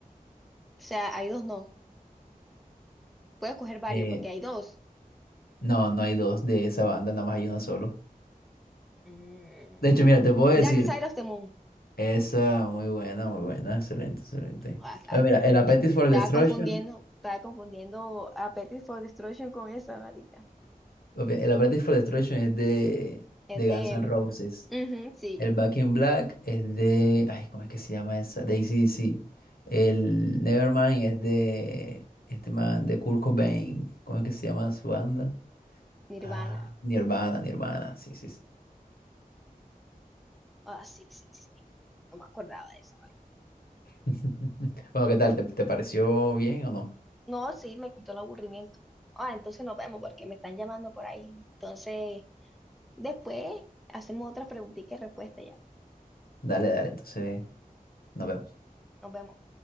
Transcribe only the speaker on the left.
Eh,
no, no hay dos de esa banda, nada más hay uno solo.
De hecho, mira, te puedo decir,
esa muy buena, muy buena, excelente, excelente.
Ah, mira,
el Appetite for
Destruction,
ok, el Appetite for Destruction es de,
de
Guns N' Roses.
El Back in Black es de. Ay, ¿cómo es que se llama esa? De AC/DC. El Nevermind es de. Este man, de Kurt Cobain. ¿Cómo es que se llama su banda?
Ah, Nirvana, Nirvana. Sí, sí, sí.
<laughs> Bueno, ¿qué tal? ¿Te, te pareció bien o no?
Dale, dale, entonces nos vemos.